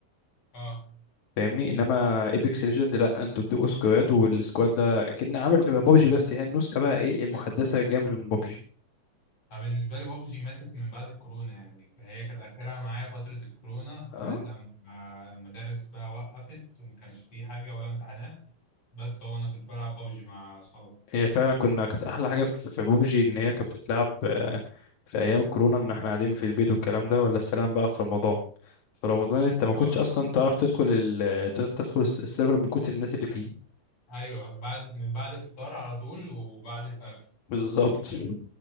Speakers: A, on the left; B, on the left.
A: اه
B: فاهمني انما ايبكس ليجند لا انتوا بتبقوا سكواد والسكواد ده اكن عامله شبه بابجي بس هي النسخه بقى ايه المحدثه
A: ايوه ايوه
B: جامد من بابجي
A: أنا بالنسبه لي بابجي ماتت من بعد الكورونا يعني فهي كان اخرها معايا فتره الكورونا ساعه
B: اه
A: لما المدارس بقى وقفت وما كانش فيه حاجه ولا امتحانات بس هو انا كنت بلعب بابجي مع اصحابي
B: هي فعلا كنا كانت احلى حاجه في في بابجي ان هي كانت بتتلعب آه، في ايام الكورونا ان احنا قاعدين في البيت والكلام ده ولا السلام بقى في رمضان في رمضان انت ما كنتش
A: اه
B: اصلا تعرف تدخل ال... تدخل السيرفر من كتر الناس اللي فيه
A: ايوه بعد من بعد الفطار على طول وبعد الفجر
B: بالظبط